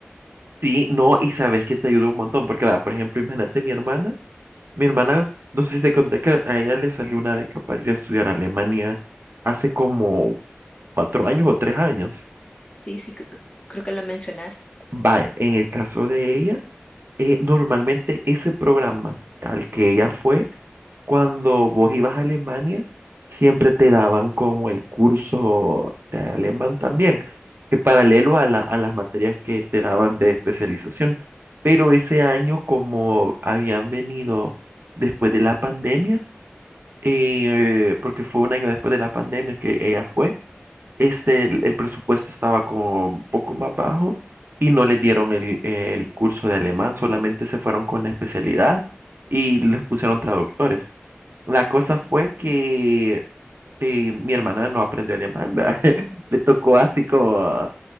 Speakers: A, on the right (about 60°); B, on the left (about 25°).
A: Sí, no, y sabes que te ayuda un montón, porque va, por ejemplo, imagínate mi hermana, mi hermana, no sé si te conté que a ella le salió una beca para ir a estudiar a Alemania hace como cuatro años o tres años.
B: Sí, sí, cre- cre- creo que lo mencionaste.
A: Vaya, en el caso de ella. eh, normalmente ese programa al que ella fue, cuando vos ibas a Alemania, siempre te daban como el curso de alemán también, que paralelo a la- a las materias que te daban de especialización. Pero ese año, como habían venido después de la pandemia, eh, porque fue un año después de la pandemia que ella fue, este, el, el presupuesto estaba como un poco más bajo y no les dieron el, el curso de alemán, solamente se fueron con la especialidad y les pusieron traductores. La cosa fue
B: Ujú.
A: que eh, mi hermana no aprendió alemán, ¿verdad? <laughs> Le tocó así como